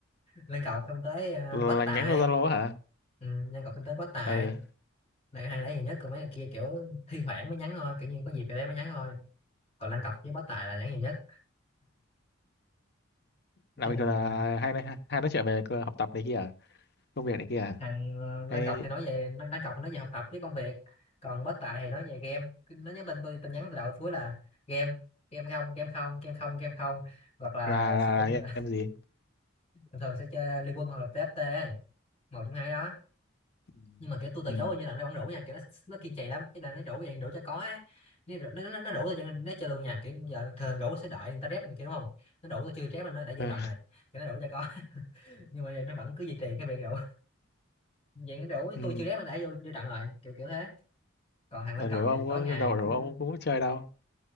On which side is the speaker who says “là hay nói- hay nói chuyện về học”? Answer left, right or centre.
Left